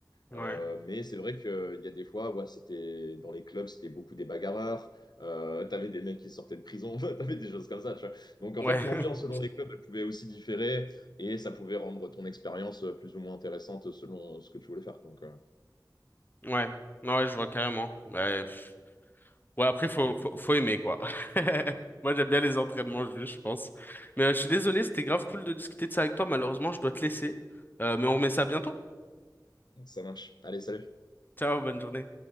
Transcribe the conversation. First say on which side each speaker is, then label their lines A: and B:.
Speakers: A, on the left; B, on the left.
A: Ouais.
B: Euh, mais c'est vrai qu'il y a des fois, ouais, c'était dans les clubs, c'était beaucoup des bagarreurs. Euh, t'avais des mecs qui sortaient de prison, <laughs> t'avais des choses comme ça. tu vois. Donc en
A: Ouais,
B: fait, l'ambiance
A: <laughs>
B: selon les clubs, elle pouvait aussi différer et ça pouvait rendre ton expérience euh, plus ou moins intéressante selon ce que tu voulais faire. Donc euh,
A: ouais. Ouais, je vois carrément. Ouais, pff. Ouais, après, faut, faut, faut aimer, quoi. <laughs> Moi, j'aime bien les entraînements juste, je pense. Mais euh, je suis désolé, c'était grave cool de discuter de ça avec toi. Malheureusement, je dois te laisser. Euh, mais on remet ça bientôt.
B: ça marche. Allez, salut.
A: Ciao, bonne journée.